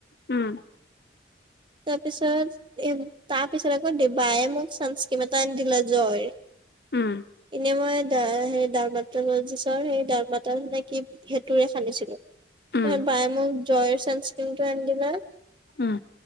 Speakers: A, on the left; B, on the right.
A: উম।
B: <inaudible> তাৰ পিছত এ তাৰ পিছত আকৌ ডি বায়ে মোক চানস্কিন এটা আনি দিলে জয়
A: উম
B: এনেই মই দা হেৰি দাৰমাত্ৰালিজৰ সেই দাৰামা না কি সেইটোৰে খান্দিছিলো তাৰ
A: উম
B: পাছত বায়ে মোক জয়ৰ চান ক্ৰিমটো আনি দিলে
A: উম